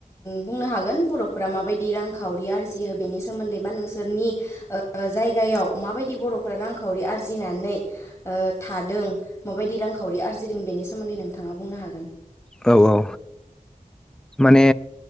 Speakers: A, on the left; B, in the centre.
A: बुंनो हागोन बर'फोरा माबायदि रांखावरि आरजियो बेनि सोमोन्दै बा नोंसोरनि ओ जायगायाव माबायदि बर'फोरा रांखावरि आरजिनानै ओ थादों माबायदि रांखावरि आरजिदों बेनि सोमोन्दै नोंथाङा बुंनो हागो
B: औ औ ओ माने